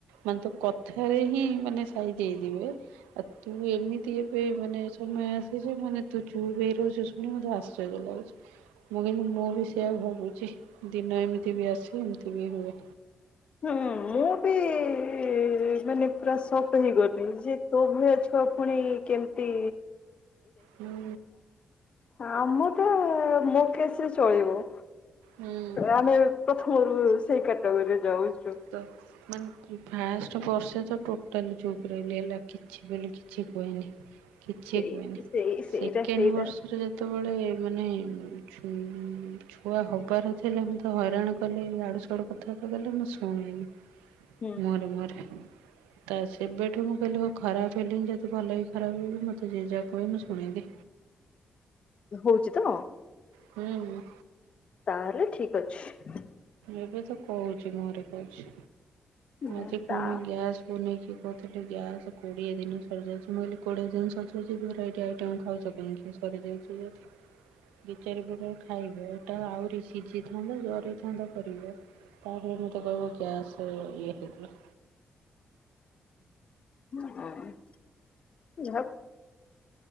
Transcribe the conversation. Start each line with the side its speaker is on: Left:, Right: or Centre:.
Right: ମାନେ ତ କଥାରେ ହିଁ ମାନେ <unintelligible> ଆଉ ତୁ ଏମିତି ଏବେ ମାନେ ସମୟ ଆସିଛି ମାନେ ତୁ ଚୁପ ରହୁଛ ଶୁଣି ମତେ ଆଶ୍ଚର୍ଯ୍ୟ ଲାଗୁଛି। ମୁଁ ମୁଁ ବି ସେୟଆ ଭାବୁଛି ଦିନ ଏମିତି ବି ଆସେ ଏମିତି ବି ହୁଏ।
Left: ହୁଁ ମୁଁ ବି <unintelligible> ମାନେ ପୁରା ଶକ୍ ହେଇଗଲନି ଯେ ତୋ ଭଳିଆ ଛୁଆ ପୁଣି କେମତି
Right: ହୁଁ
Left: ଆମ ତ ମୋ କେସରେ ଚଳିବ।
Right: ହୁଁ।
Left: <inaudible> ଆମେ ପ୍ରଥମରୁ ସେଇ କ୍ୟାଟାଗୋରୀରେ ଯାଉଛୁ।
Right: <unintelligible> ଟୋଟାଲ ଚୁପ ରହିଲ ହେଲା କିଛି ବୋଲି କ କିଛି କୁହେନି କିଛି
Left: ସେଇ
Right: କୁହେନି
Left: ସେଇ ସେଇଟା
Right: ସେକେଣ୍ଡ
Left: ସେଇଟା
Right: ବର୍ଷରେ ସେତେବେଳେ ମାନେ ଛୁ ଛୁଆ ହବାର ଥିଲେ ମତେ ହଇରାଣ କଲେ ଆଡୁ ସଡୁ କଥାବାର୍ତା କଲେ ମ ସ <unintelligible>
Left: ହୁଁ
Right: ମର ମର। ତା ସେବେଠୁ ମୁଁ କହିଲି ଖରାପ ହେିଲିନି ଯଦି ଭଲ ବି ଖରାପ ହେବି ମତେ ଯଏ ଯାହା କହେ ମୁଁ ଶୁଣେଇଦି।
Left: ହଉଛି ତ?
Right: ହୁଁ।
Left: ତାହେଲେ ଠିକ ଅଛି।
Right: ଏବେ ତ କହୁଛି ମୋହରେ କହୁଛି
Left: ମୁଁ
Right: ଆଜି ପୁଣି
Left: ତା
Right: ଗ୍ୟାସ୍ ମୁ ନେଇକି କହୁଥିଲି ଗ୍ୟାସ୍ କୋଡ଼ିଏ ଦିନ ସରିଯାଉଛି ମୁଁ କହିଲି କୋଡ଼ିଏ ଦିନ ସରିଯାଉଛି ଭେରାଇଟି ଆଇଟମ୍ ଖାଉଛ କାହିଁକି। <unintelligible> ଖାଇବା ଏଇଟା ଆହୁରି ସିଝିଥାନ୍ତ ଜରି ବନ୍ଦ କରିବ ତାପରେ ମୋତେ କହିବ ଗ୍ୟାସ୍ ହେଇ ଇଏ ହେଇଗଲା।
Left: <unintelligible> <inaudible>